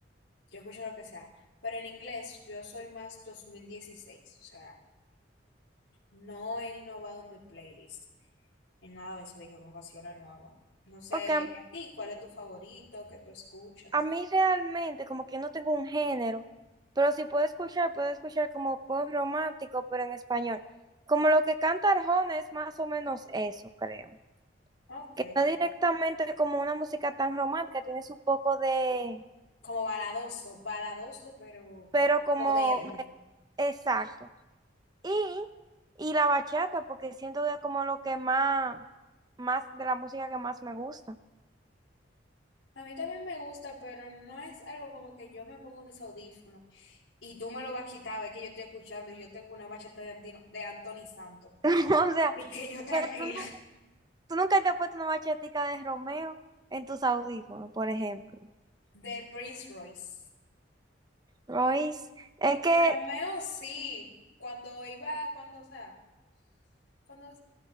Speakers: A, on the left (about 85°); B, on the right (about 20°).
A: Yo escucho lo que sea, pero en inglés yo soy más dos mil dieciséis o sea, no he innovado mi playlist en nada de eso, de que con canciones nuevas. No sé,
B: Porque a mí,
A: a ti, ¿cuál es tu favorito que tú escuchas?
B: a mí realmente, como que no tengo un género, pero si puedo escuchar, puedo escuchar como pop romántico, pero en español. Como lo que canta Arjona es más o menos eso, creo.
A: Ok,
B: Que no directamente como una música tan romántica, tiene su poco de,
A: como baladoso, baladoso, pero
B: pero como,
A: moderno.
B: exacto. Y, y la bachata, porque siento que es como lo que más, más de la música que más me gusta.
A: A mí también me gusta, pero no es algo como que yo me pongo mis audífonos y tú me lo vas a quitar, ves que yo estoy escuchando y yo tengo una bachata de, Antino- de Anthony Santos. <laughs>
B: <laughs> O sea,
A: Y que yo tranquila,
B: que tú, nu- tú nunca te has puesto una bachatica de Romeo en tus audífonos, por ejemplo.
A: de Prince Royce.
B: Royce, es que,
A: De Romeo, sí. Cuando iba, cuando, o sea, cuando,